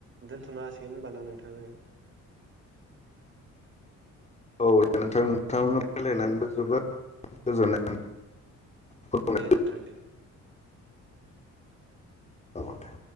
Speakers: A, on the right (about 40°); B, on the left (about 20°).
A: दोनथनो हासिगोन होनबाना नोंथाङा।
B: औ दे नोंथां नोंथांमोन रायलायनानैबो। जोबोद गोजोननाय मोनबाय
A: दे नोंथां दे।
B: औ दे।